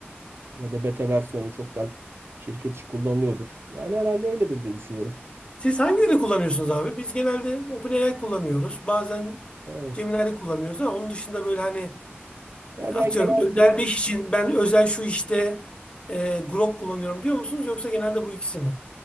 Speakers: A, on the right; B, on the left.
A: Ya da beta versiyonu çoktan şirket içi kullanılıyordur. Yani herhalde öyledir diye düşünüyorum.
B: Siz hangileri kullanıyorsunuz abi? Biz genelde OpenAI kullanıyoruz. Bazen
A: Evet.
B: Gemini'leri kullanıyoruz ama onun dışında böyle hani
A: Ya
B: e, atıyorum
A: ben genelde
B: özel bir iş için ben özel şu işte e, Grok kullanıyorum diyor musunuz? Yoksa genelde bu ikisi mi?